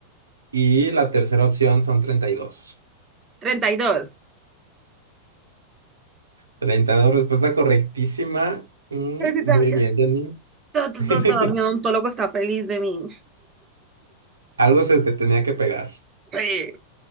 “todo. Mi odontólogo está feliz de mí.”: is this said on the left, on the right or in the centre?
Right